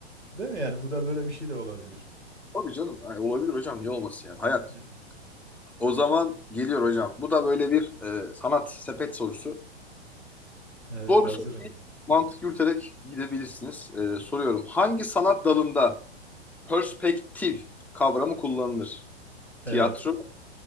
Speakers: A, on the right; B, in the centre.
A: Değil mi yani? Bu da böyle bir şey de olabilir.
B: Tabii canım. Ay, olabilir hocam. Niye olmasın yani? Hayat.
A: Evet,
B: O zaman geliyor hocam. Bu da böyle bir e, sanat sepet sorusu.
A: Evet,
B: Zor
A: hazırım.
B: bir soru değil. Mantık yürüterek gidebilirsiniz. E, soruyorum. Hangi sanat dalında perspektif kavramı kullanılır?
A: Evet.
B: Tiyatro,